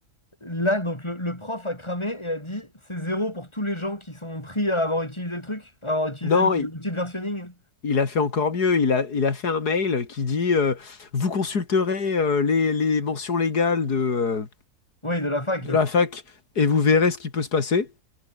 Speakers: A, on the left; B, on the left.
A: là, donc le, le prof a cramé et a dit c'est zéro pour tous les gens qui sont pris à avoir utilisé le truc, à avoir utilisé
B: Non,
A: le-
B: il,
A: l'outil de versionning.
B: il a fait encore mieux. Il a, il a fait un mail qui dit euh, Vous consulterez euh, les, les mentions légales de, euh,
A: Oui, de la fac.
B: de la fac et vous verrez ce qui peut se passer.